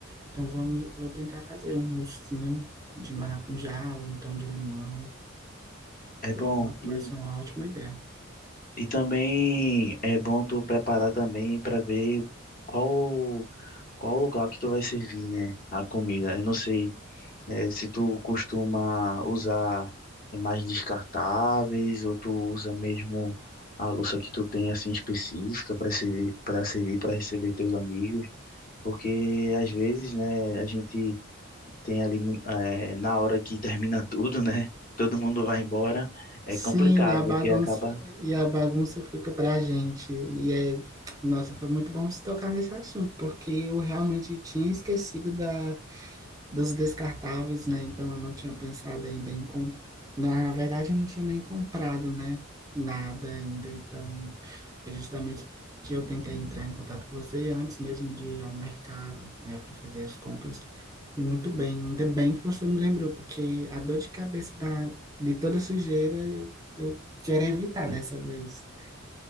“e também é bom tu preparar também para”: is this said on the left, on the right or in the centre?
Left